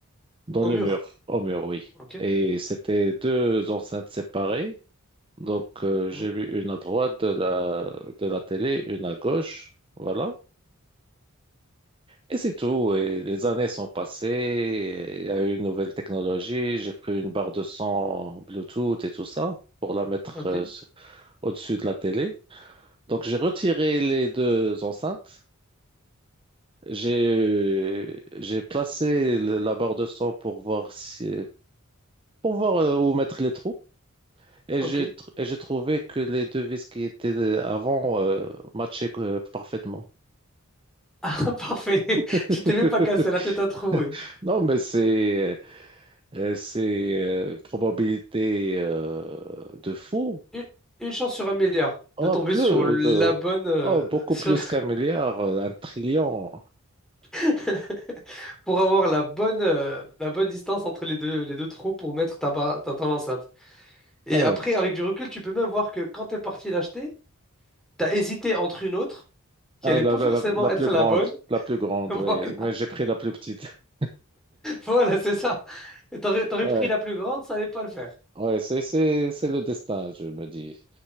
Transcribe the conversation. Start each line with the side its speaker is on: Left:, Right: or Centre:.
Right: dans
Centre: Au
Right: le
Centre: mur.
Right: mur, au mur, oui.
Centre: Ok.
Right: Et c'était deux enceintes séparées. Donc, euh, j'ai
Centre: Hmm
Right: mis une à droite de la de la télé, une à gauche, voilà. Et c'est tout. Et les années sont passées. Il y a eu une nouvelle technologie. J'ai pris une barre de son Bluetooth et tout ça pour la mettre
Centre: Ok.
Right: euh, sur- au-dessus de la télé. Donc j'ai retiré les deux enceintes. J'ai j'ai placé le- la barre de son pour voir si pour voir euh, où mettre les trous. Et
Centre: Ok.
Right: j'ai tr- et j'ai trouvé que les deux vis qui étaient euh, avant euh, matchaient euh, parfaitement.
Centre: <laughs> Parfait. <laughs>
Right: <laughs>
Centre: Tu t'es même pas cassé la tête à trouver.
Right: Non, mais c'est Euh, c'est euh, probabilité euh, de fou.
Centre: Une, une chance sur un milliard
Right: Oh,
Centre: de tomber
Right: plus
Centre: sur la
Right: de,
Centre: bonne... euh,
Right: oh, beaucoup
Centre: sur-
Right: plus qu'un milliard, euh, un trillion.
Centre: <laughs> pour avoir la bonne, euh, la bonne distance entre les deux, les deux trous pour mettre ta, ba- ta, ton enceinte. Et
Right: Ah,
Centre: après, avec du recul, tu peux même voir que quand t'es parti l'acheter, t'as hésité entre une autre. qui
Right: ah,
Centre: allait
Right: la,
Centre: pas
Right: la-
Centre: forcément
Right: la- la
Centre: être
Right: plus grande,
Centre: la bonne.
Right: la plus grande,
Centre: <laughs>
Right: oui.
Centre: Voilà,
Right: Mais j'ai pris la plus petite. <laughs>
Centre: voilà, c'est ça. Et t'aurais, t'aurais
Right: Ouais,
Centre: pris la plus grande, ça allait pas le faire.
Right: ouais, c'est, c'est, c'est le destin, je me dis.